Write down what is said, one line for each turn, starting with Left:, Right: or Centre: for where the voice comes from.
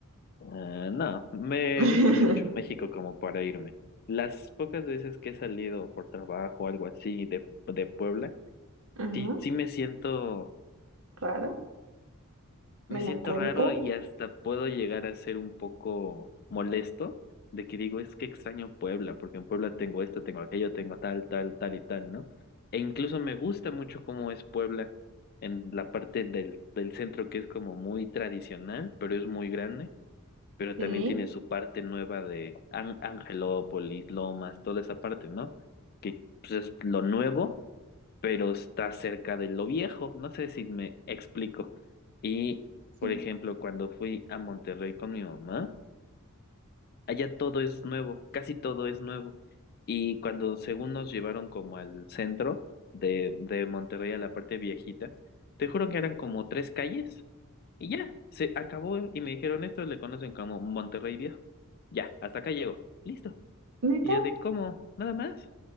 Left: Ah, no, me
Right: <laughs>
Left: gusta mucho México como para irme. Las pocas veces que he salido por trabajo o algo así de, de Puebla,
Right: Ajá,
Left: sí, sí me siento
Right: raro,
Left: Me
Right: melancólico.
Left: siento raro y hasta puedo llegar a ser un poco molesto de que digo, es que extraño Puebla, porque en Puebla tengo esto, tengo aquello, tengo tal, tal, tal y tal, ¿no? E incluso me gusta mucho cómo es Puebla en la parte del, del centro que es como muy tradicional, pero es muy grande, pero
Right: Sí,
Left: también tiene su parte nueva de An- Angelópolis, Lomas, toda esa parte, ¿no? Que pues, es lo nuevo pero está cerca de lo viejo. No sé si me explico. Y,
Right: sí.
Left: por ejemplo, cuando fui a Monterrey con mi mamá, allá todo es nuevo, casi todo es nuevo. Y cuando según nos llevaron como al centro de, de Monterrey, a la parte viejita, te juro que eran como tres calles y ya, se acabó y me dijeron, estos le conocen como Monterrey Viejo. Ya, hasta acá llegó, listo.
Right: ¿Neta?
Left: Y yo de, ¿cómo? ¿Nada más?